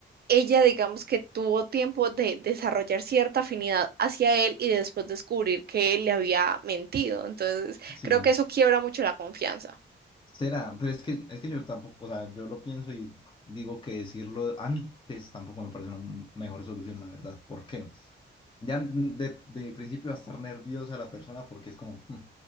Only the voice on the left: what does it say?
Sí,
sí.
Será, pero es que, es que yo tampoco, o sea, yo lo pienso y digo que decirlo antes tampoco me parece una mejor solución, la verdad. ¿Por qué? Ya de, de principio va a estar nerviosa la persona porque es como, "Mm,